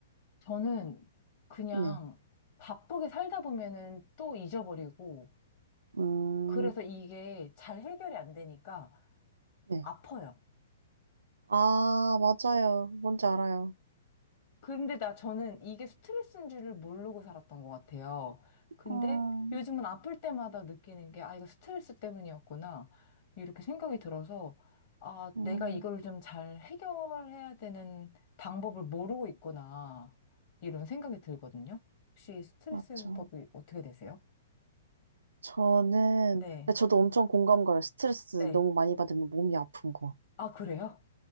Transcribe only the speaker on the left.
저는 그냥
바쁘게 살다 보면은 또 잊어버리고
그래서 이게 잘 해결이 안 되니까
아파요.
근데 나 저는 이게 스트레스인 줄을 모르고 살았던 것 같아요. 근데
요즘은 아플 때마다 느끼는 게, 아, 이거 스트레스 때문이었구나. 이렇게 생각이 들어서, 아,
내가 이걸 좀 잘 해결해야 되는 방법을 모르고 있구나. 이런 생각이 들거든요. 혹시 스트레스
해소법이 어떻게 되세요?
네.
네.
아, 그래요?